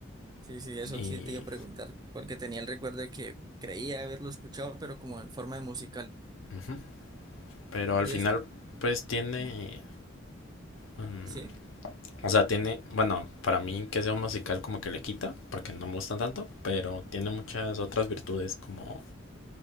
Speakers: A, on the right; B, on the left.
A: Sí, sí, eso
B: Y.
A: sí te iba a preguntar, porque tenía el recuerdo de que creía haberlo escuchado, pero como en forma de musical.
B: ujú, Pero al
A: ¿Y
B: final,
A: eso?
B: pues tiene. mm,
A: ¿Sí?
B: o sea, tiene. Bueno, para mí que sea un musical como que le quita, porque no me gusta tanto, pero tiene muchas otras virtudes como.